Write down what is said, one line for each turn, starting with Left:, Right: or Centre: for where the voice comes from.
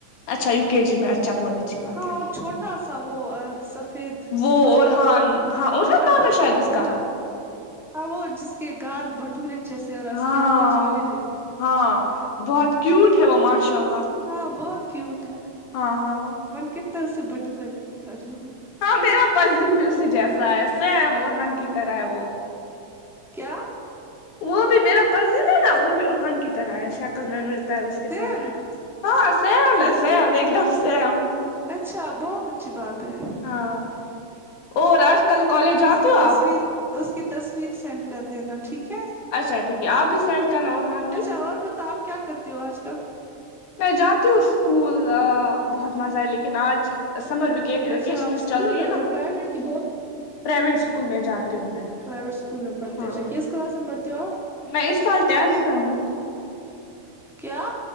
Left: اچھا یو کے جی میں اچھا بہت اچھی بات
Centre: ہاں
Left: ہے
Centre: اور چھوٹا سا وہ سفید
Left: وہ
Centre: برف
Left: ارحان ہاں ارحان نام
Centre: برف
Left: ہے شاید
Centre: کا
Left: اس
Centre: گولا
Left: کا
Centre: ہ وہ جس کے گال بٹ دورے جیسے اور اس
Left: ہاں
Centre: کی آنکھیں چھوولے جیس
Left: ہاں بہت کیوٹ ہے وہ ماشاء اللہ
Centre: ہاں بہت کیوٹ ہے
Left: ہاں ہاں ہاں
Centre: من کرتا اسے بٹر لگا کے کھاجاو
Left: ہاں میرا کزن بھی اسی جیسا ہے سیم ارہان کی طرح ہے وہ
Centre: کیا
Left: وہ بھی میرا کزن ہے نا وہ بھی ارحان کی طرح ہے شکل میں ملتا ہے اس کے
Centre: سیم
Left: ساتھ ہاں سیم
Centre: سچ
Left: ہے سیم
Centre: میں
Left: ایک دم سیم
Centre: اچھا بہت اچھی بات ہے
Left: ہاں اور آج
Centre: آپ
Left: کل
Centre: ذرا
Left: کالج
Centre: مجھے
Left: جاتی
Centre: اس کی
Left: ہو آپ
Centre: تصویر اس کی تصویر سینڈ کر دینا ٹھیک ہے
Left: اچھا ٹھیک ہے آپ بھی سینڈ کرنا اورہان
Centre: اچھا اور بتاؤ آپ کیا کرتی ہو آج کل
Left: میں جاتی ہوں اسکول بہت مزہ آئے لیکن آج سمر ویکیشن
Centre: اچھا آپ اسکول
Left: چل رہی
Centre: جاتے
Left: ہے نا
Centre: ہو پرائیویٹ کی
Left: پرائیویٹس اسکول میں جاتی ہوں میں
Centre: پرائیوٹس اسکول میں پڑتی
Left: ہاں
Centre: ہو اچھا کس کلاس میں پڑتی ہو اپ
Left: میں اس سال ڈینس میں ہوں
Centre: کیا